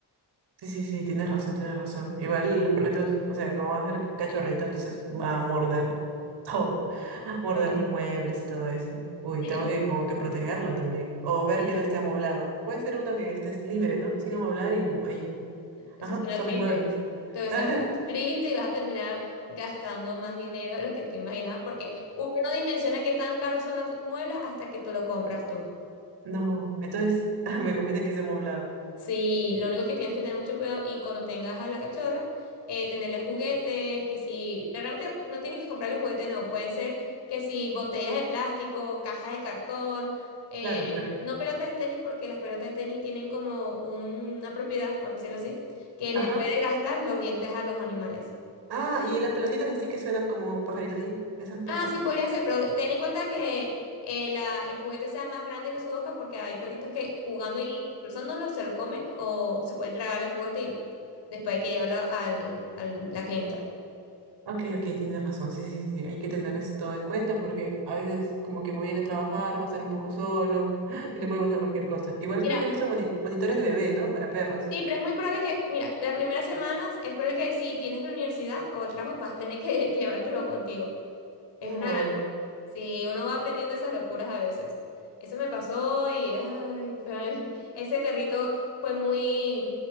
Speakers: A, on the right; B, on the left.
A: Sí, sí, sí, tienes razón, tienes razón. Igual los perritos, o sea, como va a ser cachorrito, entonces va a morder todo. <laughs> Morder
B: Sí.
A: los muebles y todo eso. Uy,
B: Eh,
A: tengo que como que protegerlo también. O ver
B: sí,
A: que no esté amoblado. Puede ser uno que estés libre, ¿no? Sin amoblar y ahí.
B: Eso
A: Ajá,
B: suena
A: son
B: triste.
A: mis muebles.
B: Entonces,
A: <laughs>
B: es triste y vas a terminar gastando más dinero de lo que tú imaginabas, porque uno no dimensiona qué tan caros son los muebles hasta que tú lo compras tú.
A: No, entonces <laughs> me conviene que esté amoblado.
B: Sí, lo único que tienes que tener mucho cuidado y cuando tengas a la cachorra, eh, tenerle juguetes, que si, realmente no tienes que comprarle juguetes, no, pueden ser que si botellas de plástico, cajas de cartón, eh,
A: Claro, claro.
B: no pelotas de tenis, porque las pelotas de tenis tienen como un- una propiedad, vamos a decirlo así, que le
A: Ajá.
B: puede gastar los dientes a los animales.
A: Ah, y las pelotitas así que suenan como pajaritos ahí. Esas pajas.
B: Ah, sí, podría ser, pero ten en cuenta que eh, la- el juguete sea más grande que su boca porque hay perritos que jugando y destrozándolo se lo comen o se pueden tragar el juguete y después hay que llevarlo al, a la clínica.
A: Ok, ok, tienes razón. Sí, sí, sí, sí, hay que tener esto en cuenta porque a veces como que voy a ir a trabajar, va a estar un poco solo <gasps> y le puede pasar cualquier cosa. Igual
B: Mira,
A: creo que he visto moni- monitores de bebé, ¿no? Para perros.
B: sí, pero es muy probable que, mira, las primeras semanas es probable que si tienes la universidad o el trabajo vas a tener que <laughs> llevártelo contigo. Es
A: Uy.
B: una, Sí, uno va aprendiendo esas locuras a veces. Eso me pasó y ay, fue- <laughs> ese perrito fue muy